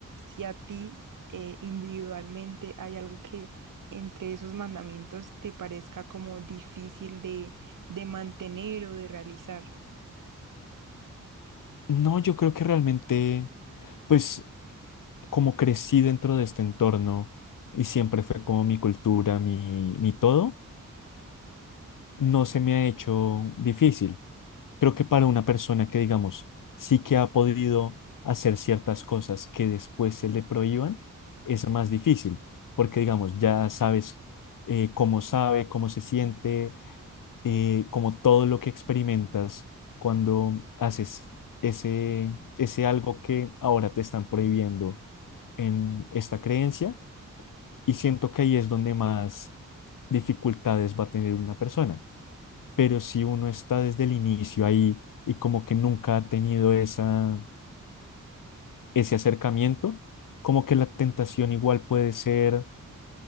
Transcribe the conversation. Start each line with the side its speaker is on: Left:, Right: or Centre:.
Right: si a ti eh, individualmente hay algo que entre esos mandamientos te parezca como difícil de, de mantener o de realizar.
Left: No, yo creo que realmente, pues como crecí dentro de este entorno y siempre fue como mi cultura, mi, mi todo, no se me ha hecho difícil. Creo que para una persona que, digamos, sí que ha podido hacer ciertas cosas que después se le prohíban, es más difícil, porque, digamos, ya sabes eh, cómo sabe, cómo se siente, eh, como todo lo que experimentas cuando haces ese, ese algo que ahora te están prohibiendo en esta creencia. Y siento que ahí es donde más dificultades va a tener una persona pero si uno está desde el inicio ahí y como que nunca ha tenido esa, ese acercamiento, como que la tentación igual puede ser